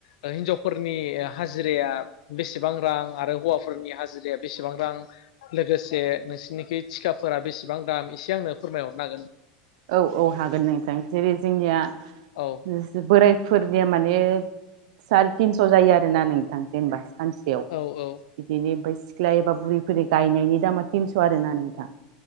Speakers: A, on the left (about 80°); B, on the right (about 65°).
A: ओ हिनजावफोरनि या हाजिराया बेसेबां रां आरो हौवाफोरनि हाजिराया बेसेबां रां लोगोसे नोंसोरनिखि थिखाफोरा बेसेबां दाम एसे आंनो फोरमायहरनो हागोन
B: औ औ हागोन नोंथां जेरै-जोंनिया
A: औ
B: नोसो बोराय फोरदेया माने सार थिनस जायो आरोना नोंथां जेनेबा सानसेयाव
A: औ औ
B: बिदिनो ओमफाय ख्ला एबा बुरि फोरनि गायनायनि दामा थिनस आर ना नोंथां।